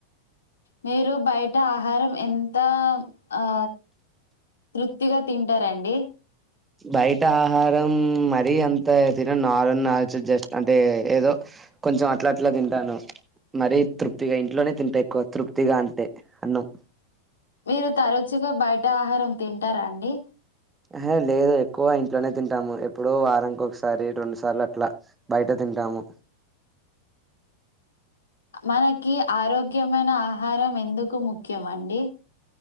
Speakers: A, on the left; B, on the right.
A: మీరు బయట ఆహారం ఎంత ఆ తృప్తిగా తింటారండి
B: బయట ఆహారం మరీ అంత తిన నార్ల్ నాలుచు జస్ట్ అంటే ఏదో కొంచెం అట్ల అట్ల తింటాను మరీ తృప్తిగా ఇంట్లోనే తింటా ఎక్కువ తృప్తిగా అంటే అన్నం
A: మీరు తరచుగా బయట ఆహారం తింటారా అండి
B: అహ లేదు ఎక్కువ ఇంట్లోనే తింటాము ఎప్పుడో వారంకి ఒకసారి రెండు సార్లు అట్లా బయట తింటాము
A: మనకి ఆరోగ్యమైన ఆహారం ఎందుకు ముఖ్యమండి